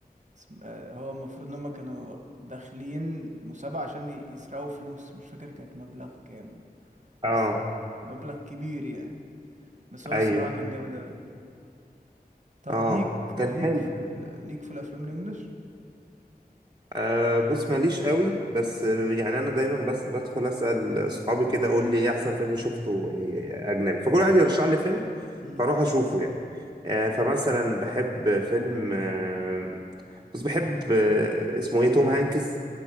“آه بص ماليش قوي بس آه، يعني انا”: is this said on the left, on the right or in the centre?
Right